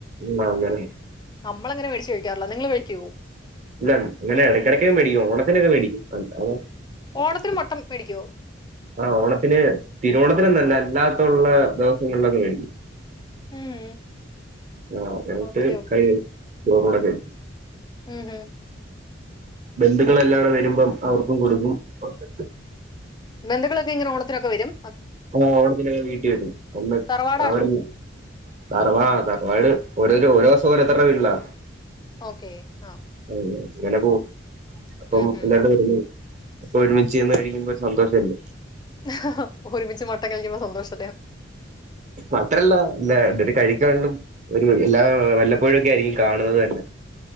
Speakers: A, on the right; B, on the left.
A: ആഹ് അങ്ങനെ
B: നമ്മളങ്ങനെ മേടിച്ച് കഴിക്കാറില്ല നിങ്ങള് കഴിക്കോ?
A: ഇല്ല ഇങ്ങനെ എടക്കെടക്ക് മേടിക്കും ഓണത്തിനൊക്കെ മേടിക്കും അല്ലാതെ
B: ഓണത്തിന് മട്ടം മേടിക്കോ?
A: ആഹ് ഓണത്തിന് തിരുവോണത്തിനൊന്നല്ല അല്ലാത്തുള്ള ദെവസങ്ങളിലൊക്കെ മേടിക്കും.
B: ഉം
A: ആഹ് എന്ന്ട്ട്
B: ഓക്കെ ഓക്കെ
A: കഴ് ചോറൂടെ കഴിക്കും.
B: ഉം ഹും
A: ബന്ധുക്കളെല്ലാരും വരുമ്പം അവർക്കും കൊടുക്കും എന്നിട്ട്.
B: ബന്ധുക്കളൊക്കെ ഇങ്ങനെ ഓണത്തിനൊക്കെ വെരും.
A: ഓ ഓണത്തിനൊക്കെ വീട്ടി വെരും അന്ന്
B: തറവാടാണോ
A: ആകി തറവാ ആ തറവാട് ഓരോരോ ഓരോസം ഓരോത്തറെ വീട്ട്ലാ
B: ഓക്കേ ആഹ്
A: ഉം ഇങ്ങനെ പോവും അപ്പം
B: ഉം ഹും.
A: ഇങ്ങാണ്ട് വെരുന്നേ പ്പൊ ഒരുമിച്ചിരിന്ന് കഴിക്കുമ്പോ ഒരു സന്തോഷല്ലേ?
B: എഹ ഹോ ഒരുമിച്ച് മട്ടൻ കഴിക്കുമ്പൊ സന്തോഷം
A: അ അല്ല ഞാ എന്ന്ട്ട് കഴിക്കാള്ളും ഒരു ള്ളാ വല്ലപ്പോഴൊക്കെ ആയിരിക്കും കാണുന്നത് തനെ.